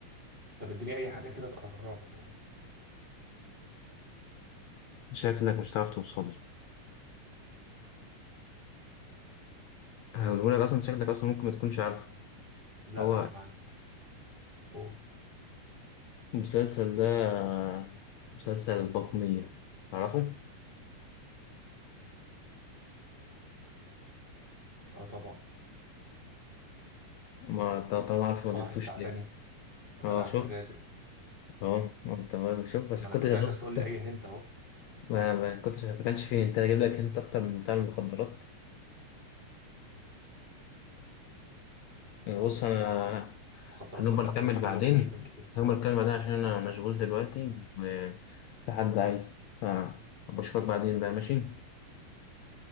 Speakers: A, on the right; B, on the left.
A: طب اديني أي حاجة كده تقربها
B: شكلك مش هتعرف توصل له هقولهولك اصلا شكلك اصلا ممكن ما تكونش عارفه
A: لا
B: هو
A: أنا معاك قول
B: المسلسل ده مسلسل البطنية تعرفه؟
A: اه طبعا
B: ما ط- طالما عارفه
A: صلاح
B: ما جبتوش
A: السعدني
B: ليه
A: غادة
B: اه
A: عبد
B: شوف
A: الرازق
B: اه انت ما- شوف بس
A: ما
B: كنتش
A: أنا كنت
B: هتوصل
A: عايزك تقول لي أي هنت أهو
B: ما, ما كنتش ما كانش فيه انت هجيب لك انت اكتر من بتاع المخدرات
A: ما
B: بص انا
A: ما هي مخدرات
B: هنبقى
A: في
B: نكمل
A: أفلام كتير
B: بعدين
A: ومسلسلات كتير
B: هنبقى نكمل بعدين عشان انا مشغول دلوقتي وفي حد عايز آه، أبقى اشوفك بعدين بقى ماشي